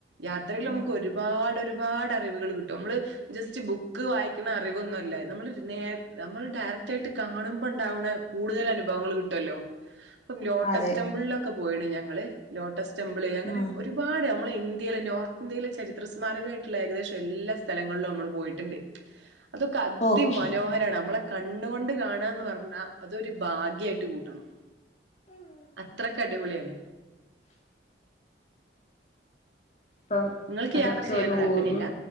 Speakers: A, on the right; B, on the left.
A: യാത്രയിലമക്ക്
B: ഉം
A: ഒരുപാട് ഒരുപാട് അറിവുകള് കിട്ടും നമ്മള് ജസ്റ്റ് ബുക്ക് വായിക്ക്ണ അറിവൊന്നു അല്ല ഞ്ഞമ്മള് നേ നമ്മള് ഡയറക്റ്റായിട്ട് കാണുമ്പോ ഇണ്ടാവ്ണെ. കൂടുതല് അനുഭവങ്ങള് കിട്ടുവല്ലോ ഇപ്പം ലോട്ടസ്
B: അതെ
A: ടെമ്പിളിലൊക്കെ പോയിണ് ഞങ്ങള് ലോട്ടസ് ടെമ്പിള് അങ്ങനെ
B: ഉം
A: ഒരുപാ ട് ഞ്ഞമ്മളെ ഇന്ത്യയിലെ നോർത്ത് ഇന്ത്യയിലെ ചരിത്ര സ്മാരകമായിട്ടുള്ള ഏകദേശം എല്ലാ സ്ഥലങ്ങ ൾളും അമ്മള് പോയിട്ട്ണ്ട് അതൊക്കെ അതിമനോഹരാണ്
B: ഓക്കെ
A: അമ്മളെ കണ്ണു കൊണ്ട് കാണാന്ന് പർഞ്ഞാ അതൊരു ഭാഗ്യായിട്ട് കൂട്ടണം അത്രക്ക് അടിപൊളിയാണ്
B: ഇപ്പം
A: നിങ്ങൾക്ക്
B: അതൊക്കെ
A: യാത്ര ചെയ്യാൻ
B: ഒരു
A: താല്പര്യം
B: ഓർമ്മ
A: ഇല്ല